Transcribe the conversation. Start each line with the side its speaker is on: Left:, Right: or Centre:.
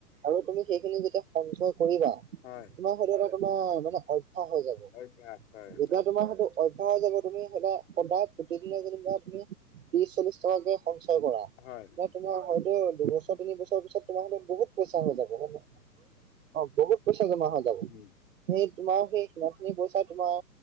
Right: আৰু তুমি সেইখিনি যেতিয়া সঞ্চয় কৰিবা
Left: হয়
Right: তোমাৰ হয়টো এটা তোমাৰ মানে অভ্যাস অভ্যাস হৈ যাব
Left: অভ্যাস হয়।
Right: যেতিয়া তোমাৰ সেইটো অভ্যাস হৈ যাব তুমি সদায় সদায় প্ৰতিদিনে যেনিবা তুমি ত্ৰিশ, চল্লিশ টকাকে সঞ্চয় কৰা
Left: হয়।
Right: নাই তোমাৰ হয়তো দুবছৰ তিন বছৰ পিছত তোমাৰো বহুত পইচা হৈ যাব গম পাইছা নে নাই। অ, বহুত পইচা জমা হৈ যাব
Left: উম।
Right: সেই তোমাৰ সেই সিমানখিনি পইচা তোমাৰ